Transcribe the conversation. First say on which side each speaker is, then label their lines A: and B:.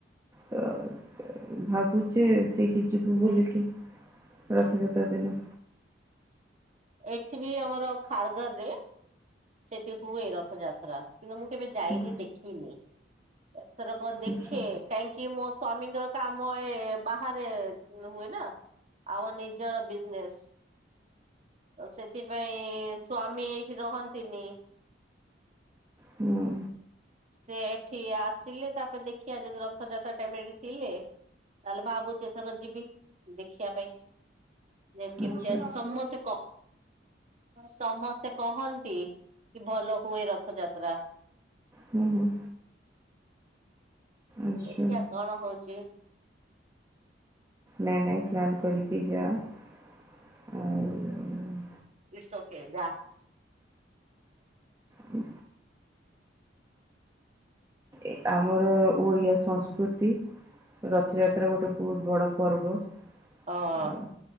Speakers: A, on the right; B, on the right.
A: ତ-ଅ-ଅ ଭାବୁଛେ ସେଇଠି ଯିବୁ ବୋଲିକି ରଥଯାତ୍ରା ଦିନ।
B: ଏକ୍ସି ବି ଆମର ଖାରଗାର ରେ ସେଠି ହୁଏ ରଥଯାତ୍ରା କିନ୍ତୁ ମୁଁ କେବେ ଯାଇନି
A: ହୁଁ।
B: ଦେଖିନି। ଏଥରକ ଦେଖେ
A: ଆଚ୍ଛା।
B: କାହିଁକି ମୋ ସ୍ଵାମୀଙ୍କର କାମ ଏ-ଏ ବାହାରେ ହୁଏ ନା। ଆମ ନିଜର ବିଜନେସ ତ ସେଥିପାଇଁ-ଇ-ଇ ସ୍ଵାମୀ ଏଇଠି ରହନ୍ତିନି।
A: ହୁଁ।
B: ସେ ଏଠି ଆସିଲେ ତାପରେ ଦେଖିବା ଯଦି ରଥଯାତ୍ରା ଟାଇମ ରେ ଏଠି ଥିଲେ ତାହେଲେ ଭାବୁଚି ଏଥର ଯିବି ଦେଖିବା ପାଇଁ। ଯେ କେମିତି
A: ଆଚ୍ଛା।
B: ଆଜି ସମସ୍ତେ କ ସମସ୍ତେ କହନ୍ତି କି ଭଲ ହୁଏ ରଥଯାତ୍ରା
A: ହୁଁ ହୁଁ। ଆଛା।
B: ଦେଖିବା କଣ ହଉଛି
A: ନାଇ ନାଇ ପ୍ଲାନ କରିକି ଯାଅ। ଆଉ-ଉ-ଉ-ଉ-ଉ
B: ଇଟ୍ସ ଓକେ ଯା।
A: ହୁଁ ଏ ଆମର ଓଡିଆ ସଂସ୍କୃତି ରଥଯାତ୍ରା ଗୋଟେ ବହୁତ ବଡ ପର୍ବ।
B: ହଁ-ଅ-ଅ
A: ଆଉ